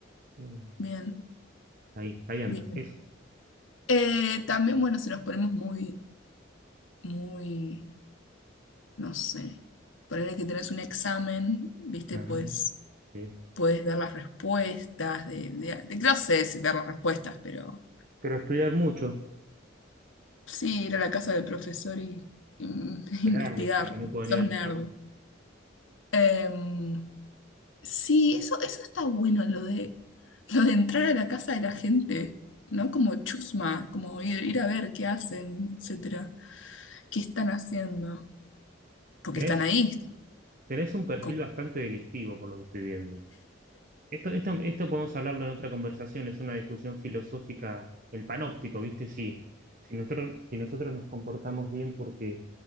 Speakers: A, on the right; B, on the left.
A: eh,
B: Bien,
A: ahí, ahí anda,
B: bien.
A: eso.
B: Eh, también, bueno, si nos ponemos muy, muy, no sé, ponerle que tenés un examen, viste,
A: Ah,
B: puedes
A: sí.
B: puedes dar las respuestas, de, de- de- no sé si dar las respuestas, pero
A: Pero estudiar mucho,
B: sí, ir a la casa del profesor y, y <laughs>
A: pegarles
B: investigar.
A: para que no puedan
B: Sos
A: ir al
B: nerd.
A: examen.
B: Em, Sí, eso, eso está bueno, lo de, lo de entrar a la casa de la gente, ¿no? Como chusma, como ir, ir a ver qué hacen, etcétera, qué están haciendo, porque
A: Tenés,
B: están ahí.
A: tenés un perfil
B: con-
A: bastante delictivo por lo que estoy viendo. Esto, esto, esto podemos hablarlo en otra conversación, es una discusión filosófica, el panóptico, ¿viste? Si, si nosotros, si nosotros nos comportamos bien porque,